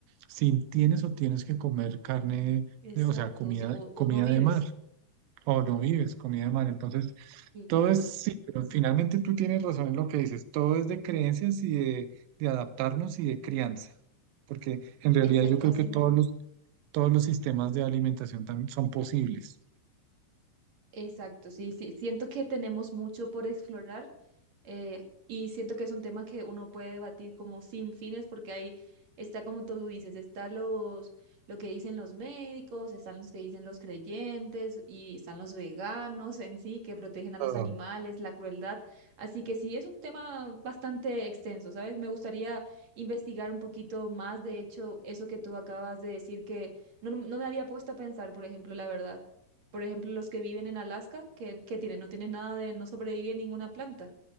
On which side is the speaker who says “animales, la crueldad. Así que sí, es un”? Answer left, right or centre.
Right